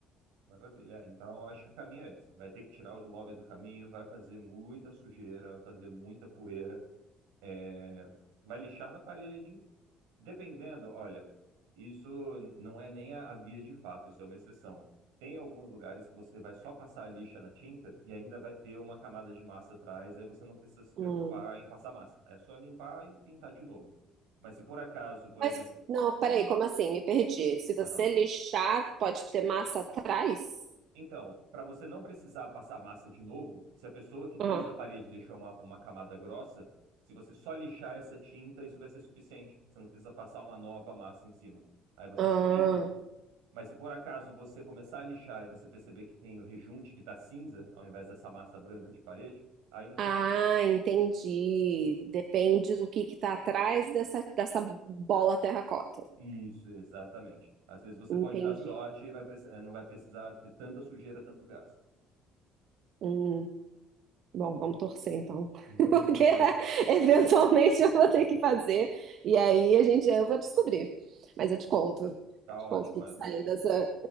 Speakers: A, on the right (about 90°); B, on the right (about 65°).
A: Maravilha. É, Então, eu acho que o caminho é esse. Vai ter que tirar os móveis do caminho, vai fazer muita sujeira, vai fazer muita poeira, é, vai lixar na parede Dependendo, olha, isso não é nem a, a via de fato, isso é uma exceção. Tem alguns lugares que você vai só passar a lixa na tinta e ainda vai ter uma camada de massa atrás, aí você não precisa se
B: Hum.
A: preocupar em passar massa. É só limpar e pintar de novo. Mas se por acaso, por
B: Mas,
A: exemplo.
B: não, peraí, como assim? Me perdi. Se você
A: Aham.
B: lixar, pode ter massa atrás?
A: Então, para você não precisar passar massa de novo, se a pessoa que fez
B: Aham.
A: na parede deixou uma, uma camada grossa, se você só lixar essa tinta, isso vai ser suficiente. Você não precisa passar uma nova massa em cima. Aí você
B: Ah,
A: só pinta. Mas se por acaso você começar a lixar e você perceber que tem o rejunte que está cinza, ao invés dessa massa branca de parede, aí não tem
B: ah,
A: jeito.
B: entendi. Depende do que que tá atrás dessa, dessa bola terracota.
A: Isso, exatamente. Às vezes você
B: Entendi.
A: pode dar sorte e vai preci- eh, não vai precisar ter tanta sujeira, tanto gasto.
B: Hum, bom, vamos torcer então,
A: Vamos
B: <laughs> porque
A: torcer.
B: eventualmente eu vou ter que fazer e aí a gente eu vou descobrir. Mas eu te conto,
A: Tá
B: te
A: ótimo,
B: conto o que
A: olha.
B: que sai
A: Bom,
B: dessa.